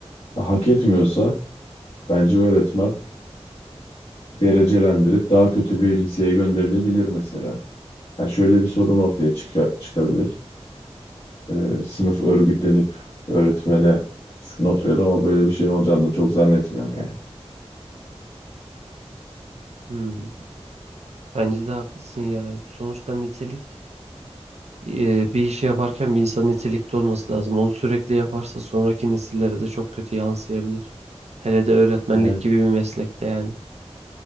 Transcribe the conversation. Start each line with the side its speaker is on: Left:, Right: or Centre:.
Left: Hak etmiyorsa bence öğretmen derecelendirip daha kötü bir liseye gönderilebilir mesela. Yani şöyle bir sorun ortaya çıka- çıkabilir. e, sınıf örgütlenip öğretmene şu not verir ama böyle bir şeyin olacağını da çok zannetmiyorum yani.
Right: Hmm, bence de haklısın ya. Sonuçta nitelik e, bir işi yaparken bir insan nitelikli olması lazım. Onu sürekli yaparsa sonraki nesillere de çok kötü yansıyabilir. Hele de öğretmenlik
Left: Evet.
Right: gibi bir meslekte yani.